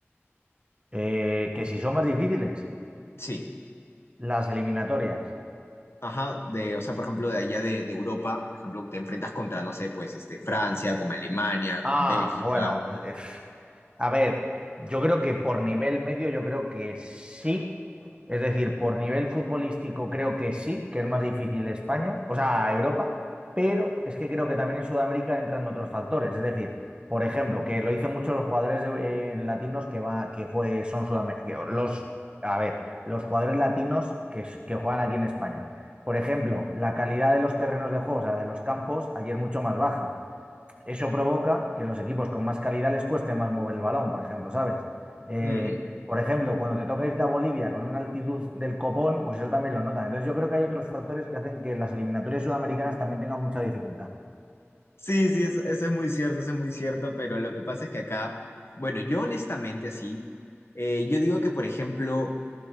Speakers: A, on the right; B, on the left.
A: Eh, que si son más difíciles,
B: Sí.
A: las eliminatorias.
B: Ajá, de, o sea, por ejemplo, de allá de, de Europa, por ejemplo, te enfrentas contra, no sé, pues, este, Francia, con Alemania,
A: Ah,
B: con Bélgica.
A: bueno, eh, a ver, yo creo que por nivel medio, yo creo que sí. Es decir, por nivel futbolístico creo que sí, que es más difícil España, o sea, Europa, pero es que creo que también en Sudamérica entran otros factores. Es decir, por ejemplo, que lo dicen muchos los jugadores de- eh, latinos que, va, que jue- son sudamericanos. Los, a ver, los jugadores latinos que, s- que juegan aquí en España. Por ejemplo, la calidad de los terrenos de juego, o sea, de los campos, ayer mucho más baja eso provoca que los equipos con más calidad les cueste más mover el balón, por ejemplo, ¿sabes? Eh,
B: Mm.
A: por ejemplo, cuando te toca irte a Bolivia con una altitud del copón, pues eso también lo notan. Entonces yo creo que hay otros factores que hacen que las eliminatorias sudamericanas también tengan mucha dificultad.
B: Sí, sí, eso, eso es muy cierto, eso es muy cierto, pero lo que pasa es que acá, bueno, yo honestamente así, eh, yo digo que, por ejemplo,